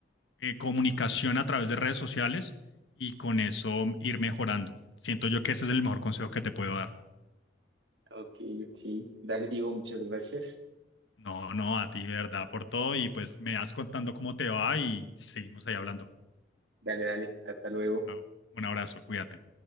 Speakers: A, on the left; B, on the right.
A: eh, comunicación a través de redes sociales y con eso ir mejorando. Siento yo que ese es el mejor consejo que te puedo dar.
B: Ok, ok. Dale, Diego, muchas gracias.
A: No, no, a ti, de verdad, por todo y pues me vas contando cómo te va y seguimos ahí hablando.
B: Dale, dale, hasta luego.
A: Una- un abrazo, cuídate.